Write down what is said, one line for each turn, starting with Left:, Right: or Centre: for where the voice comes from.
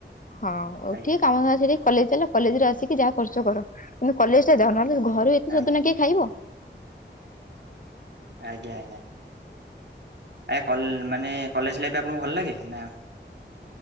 Left: ହଁ ଉଠିକି
Right: ଆଜ୍ଞା
Left: କାମ ଧନ୍ଦା ସାରିକି କଲେଜ ଚାଲ କଲେଜରୁ ଆସିକି ଯାହା କରୁଛ କର କିନ୍ତୁ କଲେଜ ଟା ଯାଅ ନହେଲେ ଘରେ ଏତେ ସୋଦଣା
Right: ଆଜ୍ଞା
Left: କିଏ ଖାଇବ।
Right: ଆଜ୍ଞା ଆଜ୍ଞା। ଆ କଲ ମାନେ କଲେଜ ଲାଇଫ ଆପଣଙ୍କୁ ଭଲ ଲାଗେ ନା